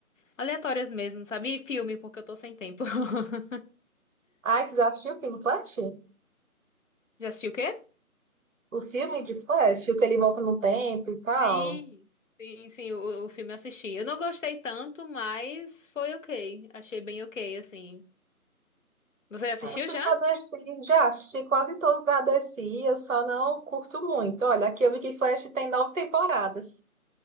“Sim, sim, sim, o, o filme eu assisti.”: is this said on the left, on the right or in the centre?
Left